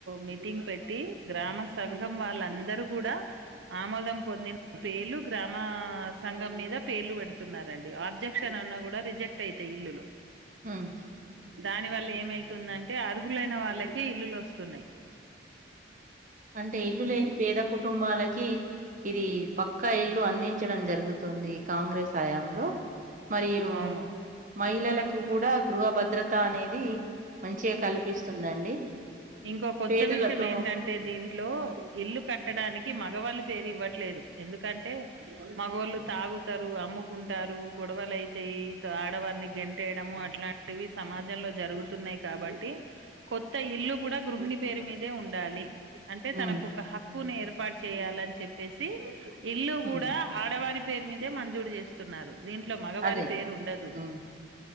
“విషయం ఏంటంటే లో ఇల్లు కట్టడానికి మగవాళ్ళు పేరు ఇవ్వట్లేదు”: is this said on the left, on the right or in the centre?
Right